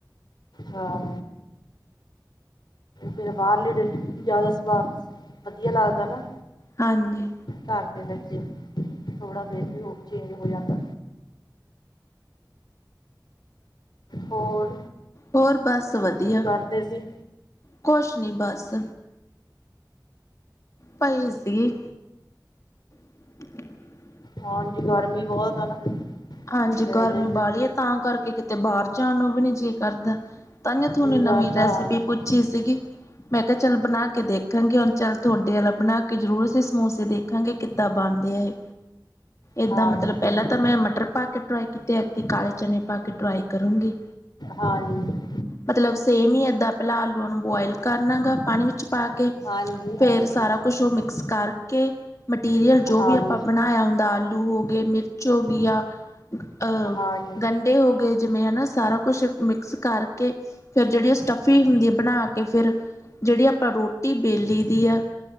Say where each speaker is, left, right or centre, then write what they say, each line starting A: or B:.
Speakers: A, on the left (about 75°); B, on the left (about 45°).
A: ਹਾਂ ਫਿਰ ਬਾਹਰਲੀ ਰੈਸਪੀ ਜ਼ਿਆਦਾ ਸੁਵਾਦ ਵਦੀਆ ਲੱਗਦਾ ਏ ਨਾ
B: ਹਾਂਜੀ
A: ਘਰ ਦੇ ਵਿੱਚ ਈ ਥੋੜ੍ਹਾ ਫੇਰ ਵੀ ਉਹ ਚੇਂਜ ਹੋ ਜਾਂਦਾ ਹੋਰ
B: ਹੋਰ ਬਸ ਵਦੀਆ,
A: ਕੀ ਕਰਦੇ ਸੀ
B: ਕੁਛ ਨਹੀਂ ਬਸ ਪਈ ਸੀਗੀ। <inaudible>
A: ਹਾਂਜੀ, ਗਰਮੀ ਬਹੁਤ ਐ ਨਾ ਫਿਰ।
B: ਹਾਂਜੀ,
A: ਪੈ
B: ਗਰਮੀ
A: ਜਾਈਦਾ
B: ਬਾਹਲੀ ਐ ਤਾਂ ਕਰਕੇ ਕਿਤੇ ਬਾਹਰ ਜਾਨ ਨੂੰ ਵੀ ਨਹੀ ਜੀਅ ਕਰਦਾ। ਤਾਹੀਉ ਥੋਨੂੰ
A: ਜੀਅ
B: ਨਵੀਂ
A: ਕਰਦਾ
B: ਰੈਸਿਪੀ
A: ਹਾਂਜੀ
B: ਪੁੱਛੀ ਸੀਗੀ। ਮੈਂ ਕਿਹਾ ਚੱਲ ਬਨਾ ਕੇ ਦੇਖਾਂਗੇ। ਹੁਨ ਚੱਲ ਤੁਹਾਡੇ ਆਲਾ ਬਨਾ ਕੇ ਜ਼ਰੂਰ ਸੀ ਸਮੋਸੇ ਦੇ ਦੇਖਾਂਗੇ, ਕਿੱਦਾਂ ਬਣਦੇ ਆ ਏਦਾਂ
A: ਹਾਂਜੀ
B: ਮਤਲਬ ਪਹਿਲਾਂ ਤਾਂ ਮੈਂ ਮਟਰ ਪਾ ਕੇ ਟਰਾਈ ਕੀਤੇ, ਐਤਕੀਂ ਕਾਲੇ ਚਨੇ ਪਾ ਕੇ ਟਰਾਈ ਕਰੂੰਗੀ।
A: ਹਾਂਜੀ
B: ਮਤਲਬ ਸੇਮ ਹੀ ਏਦਾਂ, ਪਹਿਲਾਂ ਆਲੂਆਂ ਨੂੰ ਬੁਆਇਲ ਕਰਨਾ ਗਾ ਪਾਨੀ ਵਿੱਚ 'ਚ ਪਾ ਕੇ,
A: ਹਾਂਜੀ ਹਾਂਜੀ
B: ਫੇਰ ਸਾਰਾ ਕੁਛ ਉਹ ਮਿਕਸ ਕਰਕੇ ਮੈਟੀਰੀਅਲ ਜੋ
A: ਹਾਂਜੀ
B: ਵੀ ਆਪਾਂ ਬਨਾਇਆ ਹੁੰਦਾ, ਆਲੂ ਹੋ ਗਏ, ਮਿਰਚ ਹੋ ਗਈ ਆ ਅਹ
A: ਹਾਂਜੀ
B: ਗੰਢੇ ਹੋ ਗੇ, ਜਿਵੇਂ ਹੈਨਾ ਸਾਰਾ ਕੁਛ ਮਿਕਸ ਕਰਕੇ ਫਿਰ ਜਿਹੜੀ ਉਹ ਸਟਿਫੀ ਹੁੰਦੀ ਬਨਾ ਕੇ ਫਿਰ ਜਿਹੜੀ ਆਪਾਂ ਰੋਟੀ ਬੇਲੀ ਦੀ ਆ,